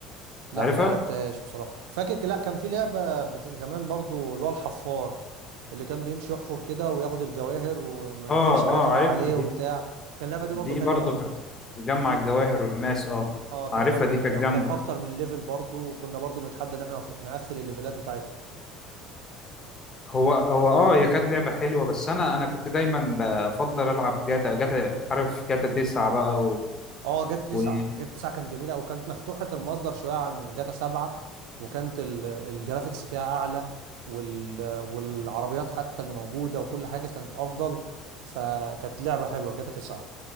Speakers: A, on the right; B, on the left.
A: لا
B: عارفها؟
A: ما لعبتهاش بصراحه فاكر ك- لا كان في لعبه بت... زمان برضو اللي هو الحفار اللي كان بيمشي يحفر كده وياخد الجواهر وما
B: اه
A: فيش حاجه
B: اه
A: تقع
B: عارفها
A: عليه
B: دي
A: وبتاع كان اللعبه دي برضو
B: دي
A: حلوه
B: برضو
A: قوي
B: كانت بتجمع الجواهر والماس اه
A: اه كانت
B: عارفها
A: اللعبه دي
B: دي
A: جميله
B: كانت
A: وكان
B: جامدة
A: اكتر من ليفل برضو وكنا برضو بنتحدى ان احنا نقفل الليفلات بتاعتها
B: هو هو اه هي كانت لعبة حلوة بس انا انا كنت دايما بفضل العب جاتا جاتا عارف جاتا تسعة بقى
A: اه جاتا 9
B: و...
A: جاتا 9 كانت جميله او كانت مفتوحه المصدر شويه عن جاتا 7 وكانت ال- الجرافيكس فيها اعلى وال والعربيات حتى اللي موجوده وكل حاجه كانت افضل فكانت لعبه حلوه جاتا 9